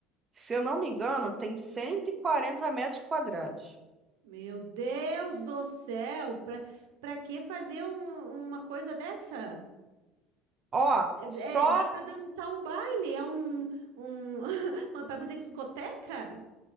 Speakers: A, on the right; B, on the right.
A: se eu não me engano, tem 140 metros quadrados.
B: Meu Deus do céu! Pra, pra que fazer um- uma coisa dessa?
A: Ó,
B: É,
A: só.
B: é- dá pra dançar um baile, é um, um <laughs> para fazer discoteca?